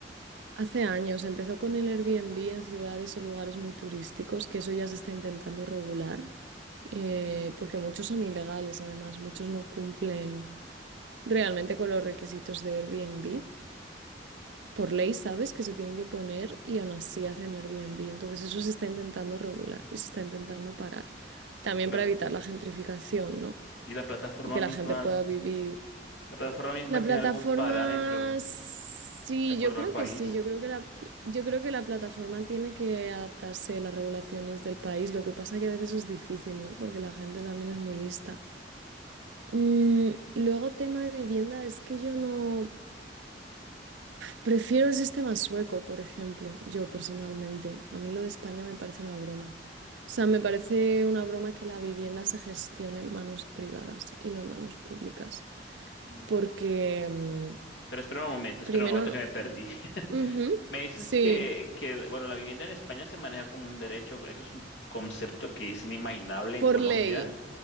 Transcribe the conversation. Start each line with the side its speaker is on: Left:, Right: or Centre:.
Right: Hace años empezó con el Airbnb en ciudades o lugares muy turísticos, que eso ya se está intentando regular, eh, porque muchos son ilegales, además, muchos no cumplen realmente con los requisitos de Airbnb. Por ley sabes que se tienen que poner y aún así hacen Airbnb. Entonces eso se está intentando regular y se está intentando parar. También
Left: Pero,
Right: para evitar la gentrificación, ¿no?
Left: y la plataforma
Right: Y que
Left: misma
Right: la gente pueda vivir.
Left: ¿La plataforma misma
Right: La
Left: tiene
Right: plataforma,
Left: algún parámetro
Right: sí,
Left: de acuerdo
Right: yo creo
Left: al país?
Right: que sí, yo creo que la, yo creo que la plataforma tiene que adaptarse a las regulaciones del país. Lo que pasa que a veces es difícil, ¿no? Porque la gente también es muy lista. Mm, luego, tema de vivienda, es que yo no prefiero el sistema sueco, por ejemplo, yo personalmente. A mí lo de España me parece una broma. O sea, me parece una broma que la vivienda se gestione en manos privadas y no en manos públicas.
Left: Mm.
Right: Porque, mm,
Left: Pero espera un momento, espera
Right: primero,
Left: un momento
Right: no.
Left: que me perdí. <laughs>
Right: Ujú,
Left: Me dices
Right: Sí,
Left: que, que, bueno, la vivienda en España se maneja como un derecho. Eso es un concepto que es inimaginable en
Right: por
Left: Colombia.
Right: ley.